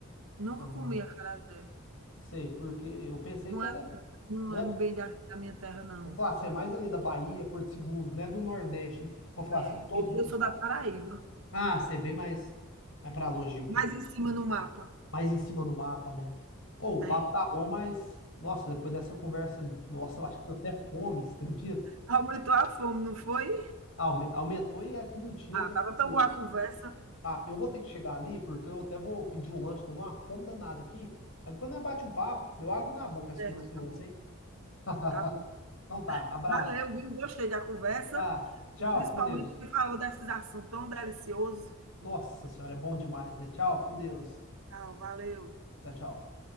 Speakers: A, on the right; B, on the left.
A: Nunca
B: Aham,
A: comi acarajé.
B: sei, porque eu pensei
A: Não
B: que era,
A: é, não
B: né,
A: é bem da, da minha terra, não.
B: vou falar assim, é mais ali da Bahia, Porto Seguro, né, do Nordeste, vou falar
A: É,
B: assim, todos
A: eu, eu
B: os
A: sou
B: estados.
A: da Paraíba.
B: Ah, ser bem mais, mais pra longe um pouco.
A: Mais em cima no mapa.
B: Mais em cima no mapa, né? Ô, o
A: É.
B: papo tá bom, mas. Nossa, depois dessa conversa, nossa, eu acho que deu até fome, você acredita?
A: Aumentou a fome, não foi?
B: Aume- Aumentou e aqui não tinha
A: Ah,
B: até
A: tava
B: que deu.
A: tão boa a conversa.
B: Tá, eu vou ter que chegar ali, porque eu até vou pedir um lanche, tô numa fome danada aqui. Mas depois nós bate um papo, deu água na boca essa
A: Certo,
B: conversa
A: tá
B: nossa,
A: bom.
B: hein? <laughs>
A: Tá bom.
B: Então tá, abraço.
A: Valeu, viu? Gostei da conversa.
B: Tá, tchau,
A: Principalmente
B: fica com Deus.
A: que falou desses assuntos tão deliciosos.
B: Nossa senhora, é bom demais, né? Tchau, fica com Deus.
A: Tchau, valeu.
B: Tchau, tchau.